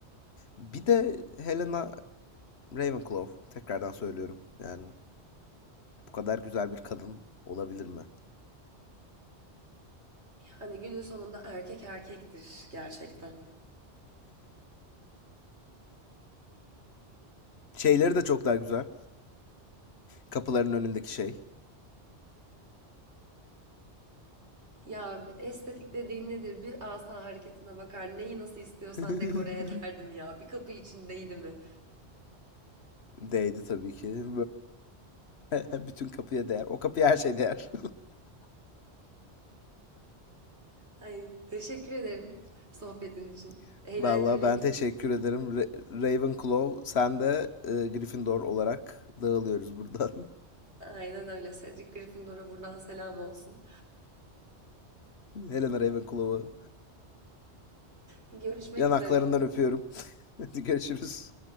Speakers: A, on the left (about 65°); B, on the right (about 70°).
A: Bir de Helena Ravenclaw. Tekrardan söylüyorum. Yani bu kadar güzel bir kadın olabilir mi?
B: Yani günün sonunda erkek erkektir gerçekten.
A: Şeyleri de çok daha güzel. Kapıların önündeki şey.
B: Ya estetik dediğin nedir? Bir asa hareketine bakar. Neyi nasıl istiyorsan
A: <laughs>
B: dekore ederdin ya. Bir kapı içindeydi mi?
A: Değdi tabii ki. <laughs> Bütün kapıya değer. O kapıya her şey değer.
B: Ay, teşekkür ederim sohbetin için.
A: <laughs>
B: Eğlenceliydi.
A: Vallahi ben teşekkür ederim. Ra- Ravenclaw sen de e, Gryffindor olarak dağılıyoruz buradan.
B: Aynen öyle. Cedric Gryffindor'a buradan selam olsun.
A: Helena Ravenclaw'ı
B: Görüşmek
A: yanaklarından
B: üzere o zaman.
A: öpüyorum. <laughs> Hadi görüşürüz.